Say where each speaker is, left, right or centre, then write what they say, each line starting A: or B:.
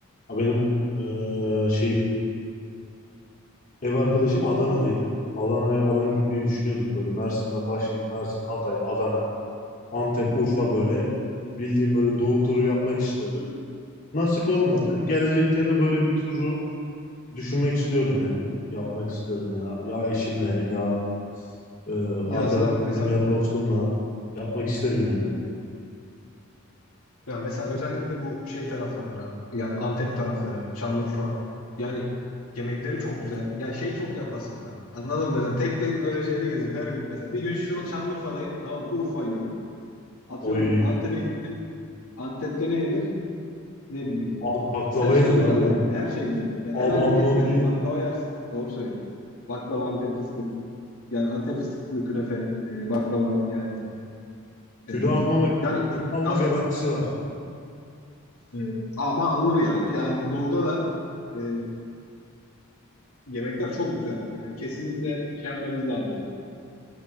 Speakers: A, on the left; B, on the left.
A: Ha, benim e, şey ev arkadaşım Adanalıydı. Adana'ya falan gitmeyi düşünüyorduk böyle. Mersin'den başlayıp Mersin, Hatay, Adana. Antep, Urfa böyle. Bildiğim böyle doğu turu yapmak istiyorduk. Nasip olmadı. Gelecekte de böyle bir turu düşünmek istiyorum yani. Yapmak istiyorum ya. Ya eşimle ya e,
B: Ya
A: arkadaşlarım
B: Serap mesela
A: ya dostumla yapmak isterim yani.
B: Ya mesela özellikle bu şey taraflarına yani Antep tarafları, Şanlıurfa yani yemekleri çok güzel. Ya şey çok yapasınlar. Anladın mı? Mesela tek tek böyle şehri gezip her gün mesela bir gün şu Şanlıurfa'dayım tamam mı? Urfa yiyorum. Atıyorum
A: Oy.
B: Antep'e gittim. Antep'te ne yenir? Ne bileyim.
A: Abi baklava
B: Her şey
A: yenir
B: yenir
A: abi.
B: Antep'te. Her şey güzel. Yani herhangi
A: Allah lahmacun
B: bir et yerim.
A: yenir.
B: Baklava yersin. Doğru söylüyorum. Baklava, Antep fıstık. Yani Antep fıstıklı künefe, e, baklava yani
A: Kilo
B: e,
A: almama,
B: yani
A: kilo alma
B: kas,
A: garantisi var.
B: e, ama alınır ya. Yani doğuda da e, Yemekler çok güzel. Yani kesinlikle şey yapmamız lazım.